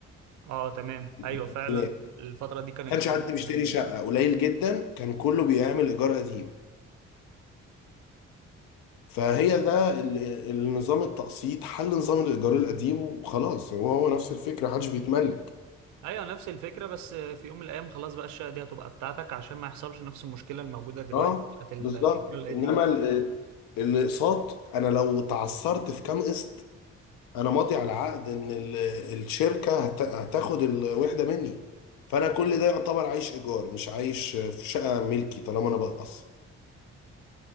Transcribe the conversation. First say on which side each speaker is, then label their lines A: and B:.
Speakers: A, on the right; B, on the left.
A: اه تمام ايوه
B: والستينات
A: فعلا
B: ما
A: الفتره دي كان
B: كانش
A: القانون
B: حد
A: القديم
B: بيشتري شقه قليل جدا كان كله بيعمل ايجار قديم فهي ده ال- النظام التقسيط حل نظام الإيجار القديم وخلاص هو هو نفس الفكرة محدش بيتملك
A: ايوه نفس الفكره بس في يوم من الايام خلاص بقى الشقه دي هتبقى بتاعتك عشان ما يحصلش نفس المشكله الموجوده دلوقتي
B: اه
A: بتاعت الايجار
B: بالظبط
A: القديم
B: انما ال- الاقساط انا لو تعثرت في كام قسط انا ماضي على عقد ان ال- الشركة هت- هتاخد الوحدة مني فانا كل ده يعتبر عايش ايجار مش عايش في شقة ملكي طالما انا بقسط